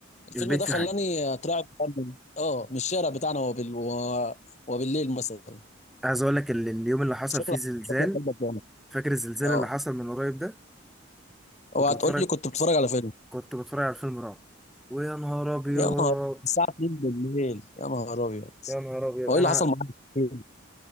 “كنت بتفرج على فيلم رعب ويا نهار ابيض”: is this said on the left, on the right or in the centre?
Centre